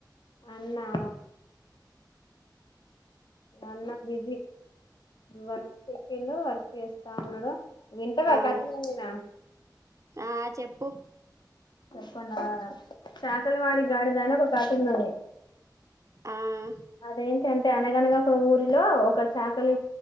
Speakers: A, on the left (about 75°); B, on the right (about 45°).
A: అన్నా అన్న బిజీ వర్క్ చేసిండు ఆ చేస్తా ఉన్నాడు వింటావా
B: ఆ అవును
A: కథమైన
B: ఆ చెప్పు
A: చెప్పనా చాకలివాడి గాడిద అనే ఒక కథ ఉన్నది
B: ఆమ్
A: అదేం ఏంటంటే అనగనగా ఒక ఊరిలో ఒక చాకలి